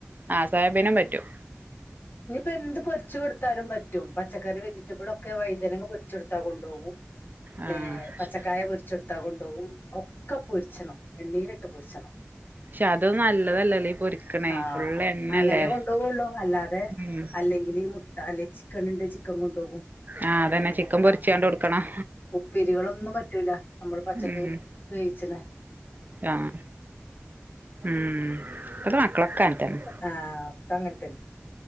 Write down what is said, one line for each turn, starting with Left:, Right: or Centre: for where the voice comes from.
Right: ആ സാേബിനും പറ്റും.
Left: ഇനിയിപ്പോ എന്ത് പൊരിച്ച് കൊടുത്താലും പറ്റു പച്ചക്കറി വെജിറ്റബിൾ ഒകൊ വഴുതനങ്ങ പൊരിച്ചെടുത്താ കൊണ്ടോകും.
Right: ആഹ്
Left: ഏ പച്ചക്കായ പൊരിച്ചെടുത്താൽ കൊണ്ടോകും. ഒക്കെ പൊരിച്ചണം. എണ്ണീലിട്ട് പൊരിച്ചണം.
Right: ക്ഷെ അതന്നും നല്ലതല്ലല്ലേ പൊരിക്കണേ
Left: ആ
Right: ഫുള് എണ്ണല്ലേ.
Left: അങ്ങനെ കൊണ്ടുപോകുള്ളൂ അല്ലാതെ
Right: ഉം
Left: അല്ലെങ്കിൽ ഈ മുട്ട അല്ലെ ചിക്കനിണ്ടങ്കിൽ ചിക്കൻ കൊണ്ടുപോകും.
Right: ആഹ്
Left: അല്ലെങ്കിൽ
Right: അതന്നെ ചിക്കൻ
Left: മുട്ട.
Right: പൊരിച്ചാണ്ട്
Left: ആ
Right: കൊടുക്കണം
Left: ഉപ്പിരികളൊന്നും പറ്റൂല. നമ്മൾ പച്ചക്ക്
Right: ഉം
Left: വോ
Right: ആഹ്
Left: <unintelligible>
Right: ഉം ഇപ്പത്തെ മക്കളൊക്കാഅങ്ങനെ തന്നെ.
Left: ആ ഒക്കെ അങ്ങനെ